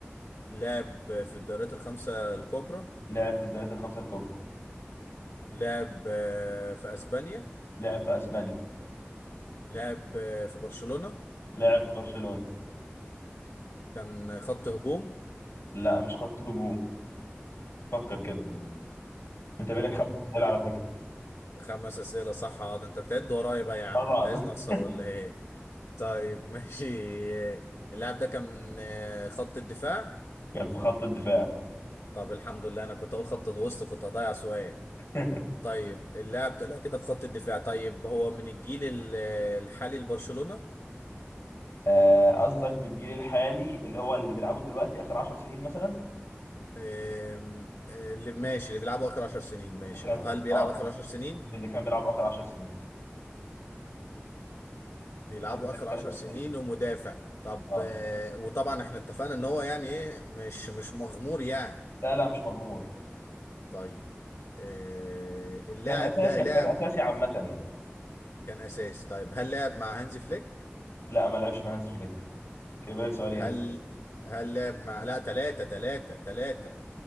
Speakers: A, on the left (about 80°); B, on the left (about 70°).
A: لعب في الدوريات الخمسه الكبرى
B: لاعب في الدوريات الخمسة الكبرى
A: لعب آه، في اسبانيا
B: لاعب في اسبانيا
A: لعب آه، في برشلونه
B: لاعب في برشلونة
A: كان خط هجوم
B: لا مش خط هجوم فكر كده
A: مم.
B: انت بالك خمس اسئله على فكرة
A: خمس أسئلة صح اه ده انت بتعد ورايا بقى يا عم
B: طبعا
A: انت عايزني
B: <laughs>
A: اخسر ولا ايه طيب <laughs> ماشي اللاعب ده كان من آه، خط الدفاع
B: كان في خط الدفاع
A: طب الحمد لله انا كنت اقول خط الوسط كنت هضيع سؤال
B: <laughs>
A: طيب اللاعب طلع كده في خط الدفاع طيب هو من الجيل ال- الحالي لبرشلونة
B: آه، قصدك بالجيل الحالي اللي هو اللي بيلعبه دلوقتي اخر 10 سنين مثلا
A: آم، آه، اللي ماشي اللي بيلعبوا اخر 10 سنين ماشي
B: كان
A: اه هل بيلعب
B: اه
A: اخر 10 سنين
B: من اللي كان بيلعبه اخر 10 سنين
A: بيلعبوا
B: كده بالك
A: اخر
B: ثلاث
A: 10
B: اسئله
A: سنين ومدافع طب
B: اه
A: آه، وطبعا احنا اتفقنا ان هو يعني ايه مش مش مغمور يعني
B: لا لا مش مغمور
A: طيب آه، اللاعب
B: كان اساسي
A: ده لاعب
B: كان اساسي عامة يعني
A: كان اساسي طيب هل لعب مع هانزي فليك
B: لا ما لعبش مع هانز فليك كده بالك سؤالين
A: هل هل لعب مع لا تلاتة تلاتة تلاتة